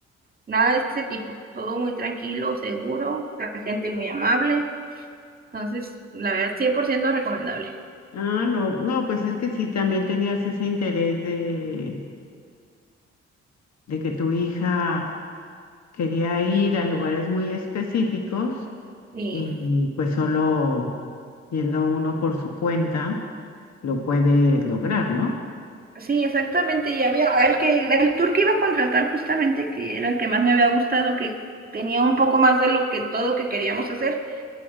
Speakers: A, on the right (about 30°); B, on the left (about 65°).
A: nada de ese tipo, todo muy tranquilo, seguro, la gente muy amable, entonces la verdad 100% recomendable.
B: Ah, no, no, pues es que sí, también tenías ese interés de, de que tu hija quería ir a lugares muy específicos
A: Sí.
B: y pues solo yendo uno por su cuenta lo puedes lograr, ¿no?
A: Sí, exactamente. Y había el que el tour que iba a contratar justamente, que era el que más me había gustado, que tenía un poco más de lo que todo que queríamos hacer.